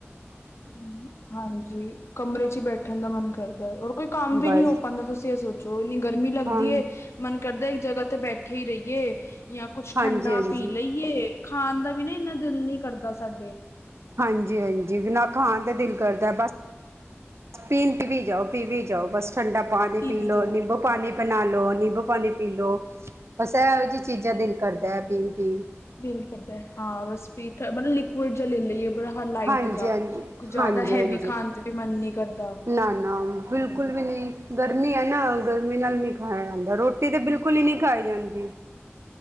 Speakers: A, on the left (about 75°); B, on the right (about 75°).
A: ਹ ਹਾਂਜੀ ਕਮਰੇ ਚ ਹੀ ਬੈਠਣ ਦਾ ਮਨ ਕਰਦਾ। ਹੋਰ ਕੋਈ ਕੰਮ ਵੀ
B: ਬਸ
A: ਨੀ ਹੋ ਪਾਉਂਦਾ ਤੁਸੀਂ ਇਹ ਸੋਚੋ ਇੰਨੀ ਗਰਮੀ ਲੱਗਦੀ
B: ਹਾਂ
A: ਏ। ਮਨ ਕਰਦਾ ਇੱਕ ਜਗ੍ਹਾ ਤੇ ਬਹਿਠੇ ਰਹੀਏ ਜਾਂ ਕੁਛ
B: ਹਾਂਜੀ-ਹਾਂਜੀ।
A: ਠੰਡਾ ਪੀ ਲਈਏ। ਖਾਣ ਦਾ ਵੀ ਨਾ ਦਿਲ ਨਹੀਂ ਕਰਦਾ ਸਾਡੇ।
B: ਹਾਂਜੀ ਹਾਂਜੀ, ਨਾ ਖਾਣ ਦਾ ਦਿਲ ਕਰਦਾ ਬਸ। ਬਸ ਸਾਬੀਲ ਪੀ ਵੀ ਜਾਓ ਪੀ ਵੀ ਜਾਓ ਬਸ ਠੰਡਾ ਪਾਣੀ ਪੀ
A: ਵੀ
B: ਲੋ
A: ਜਾਓ
B: ਨਿੰਬੂ। ਪਾਣੀ ਬਣਾਲੋ ਨਿੰਬੂ ਪਾਣੀ ਪੀ ਲਓ ਬਸ ਇਹੋ ਜਿਹੀਆਂ ਚੀਜ਼ਾਂ ਦਿਲ ਕਰਦਾ ਹੈ ਪੀਣ ਪੀਣ।
A: ਦਿਲ ਕਰਦਾ ਹਾਂ, ਬਸ ਪੀ ਲਈ ਲਿਕਵਿਡ ਜਾ ਲੈ ਲਈਏ। ਬਥੋੜਾ ਲਾਈਟ
B: ਹਾਂਜੀ
A: ਜਾ
B: ਹਾਂਜੀ
A: ਕੁਝ ਜ਼ਿਆਦਾ
B: ਹਾਂਜੀ
A: ਹੈਵੀ
B: ਹਾਂਜੀ
A: ਖਾਣ ਤੇ ਵੀ ਮਨ ਨੀ ਕਰਦਾ।
B: ਨਾ ਨਾ ਬਿਲਕੁਲ
A: ਹਾਂਜੀ
B: ਵੀ ਨਹੀਂ। ਗਰਮੀ ਹੈ ਨਾ, ਗਰਮੀ ਨਾਲ ਨਹੀਂ ਖਾਇਆ ਜਾਂਦਾ ਰੋਟੀ ਤਾਂ ਬਿਲਕੁਲ ਹੀ, ਨਹੀਂ ਖਾਈ ਜਾਂਦੀ।